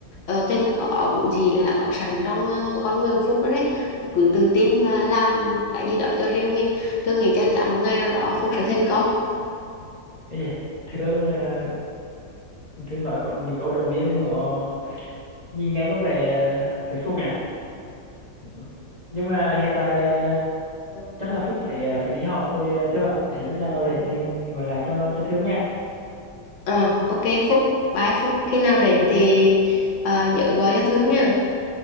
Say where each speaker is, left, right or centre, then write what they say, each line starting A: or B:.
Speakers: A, on the left; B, on the left.
A: uh, cần có vốn gì là có sẵn trong ờ, con người Phúc đó đấy Phúc cứ tự tin và làm cái gì đó cho riêng mình thương nghĩ chắc chắn một ngày nào đó Phúc sẽ thành
B: Thế vậy thường ờ, thường nói có những câu động viên họ nhìn nghe có vẻ ờ, phải phúc nhỉ Ừ. nhưng mà hiện tại ờ,
A: công
B: chắc là Phúc phải ờ, phải đi họp rồi ờ, Thương ạ để lúc nào rảnh để mình gọi lại cho cho Thương nha
A: Ờ, ok Phúc, bye Phúc. Khi nào rảnh
B: ok
A: thì ờ, nhớ gọi cho Thương nha.